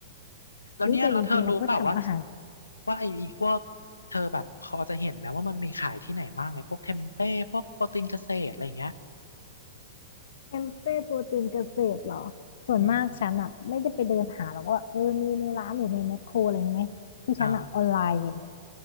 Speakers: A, on the left; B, on the left.
A: แล้วเนี่ยเราเธอรู้เปล่าว่า
B: นี่แต่จริงๆเราก็ทำอาหาร
A: ว่าไอ้พวกเธอแบบพอจะเห็นไหมว่ามันมีขายที่ไหนบ้างไอ้พวกเทมเป้พวกโปรตีนเกษตรอะไรอย่างเงี้ย
B: เทมเป้โปรตีนเกษตรเหรอส่วนมากฉันอ่ะไม่ได้ไปเดินหาหรอกว่าเออมีในร้านหรือในแมคโครอะไรอย่างงี้ไหมคือฉันอ่ะออนไลน์เลย
A: อืมอ่า